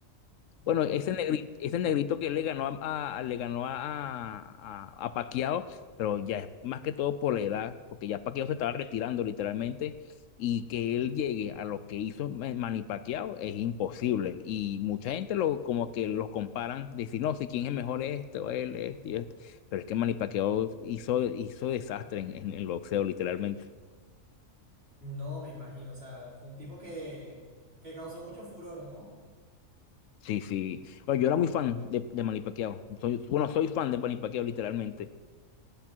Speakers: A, on the right; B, on the left.
A: No.
B: Bueno, ese negrito, ese negrito que le ganó a, a- le ganó a, a, a- a Pacquiao, pero ya es más que todo por la edad, porque ya Pacquiao se estaba retirando literalmente, y que él llegue a lo que hizo Ma- Manny Pacquiao es imposible. Y mucha gente lo, como que los comparan, decir, no, si quién es mejor esto, él, este y esto. Pero es que Manny Pacquiao hizo, hizo desastre en, en el boxeo, literalmente.
A: No, me imagino, o sea, fue un tipo que, que causó mucho furor, ¿no?
B: Sí, sí. Bueno, yo era muy fan de, de Manny Pacquiao. Soy, bueno, soy fan de Manny Pacquiao, literalmente.